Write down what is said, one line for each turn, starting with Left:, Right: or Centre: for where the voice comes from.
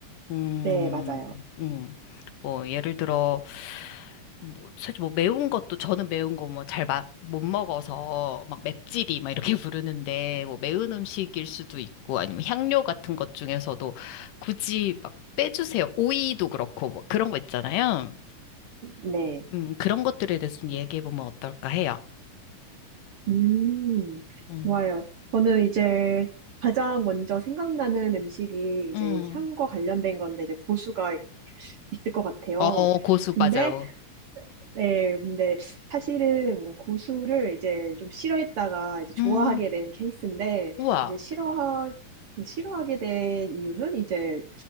Left: 음,
Right: 네, 맞아요.
Left: 음. 뭐, 예를 들어, 뭐, 사실 뭐 매운 것도, 저는 매운 거 뭐 잘 못 먹어서 막 맵찔이 막 이렇게 <laughs> 부르는데, 뭐 매운 음식일 수도 있고, 아니면 향료 같은 것 중에서도 굳이 막 빼주세요. 오이도 그렇고, 뭐 그런 거 있잖아요.
Right: 네.
Left: 음, 그런 것들에 대해서 좀 얘기해보면 어떨까 해요.
Right: 음,
Left: 음,
Right: 좋아요. 저는 이제 가장 먼저 생각나는 음식이 이제
Left: 음.
Right: 향과 관련된 건데 이제 고수가 있을 것 같아요.
Left: 어, 고수,
Right: 근데
Left: 맞아요.
Right: 네, 근데 사실은 고수를 이제 좀 싫어했다가 이제 좋아하게
Left: 음,
Right: 된 케이스인데,
Left: 우와.
Right: 이제 싫어하, 싫어하게 된 이유는 이제